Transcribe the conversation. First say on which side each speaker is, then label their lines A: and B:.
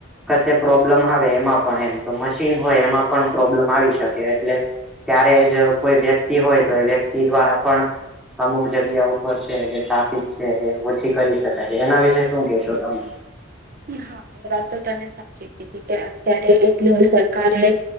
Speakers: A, in the centre; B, on the right.
A: કશે પ્રોબ્લમ આવે એમાં પણ એમ તો મશીન હોય એમાં પણ પ્રોબ્લેમ આવી શકે એટલે. ત્યારે જ કોઈ વ્યક્તિ હોય તો વ્યક્તિ દ્વારા પણ અમુક જગ્યા ઉપર છે જે ટ્રાફિક છે એ ઓછી કરી શકાય છે એના વિશે શું કેહેશો તમે
B: હા એ વાત તો તમે સાચી કીધી કે અત્યારે એટલું સરકારે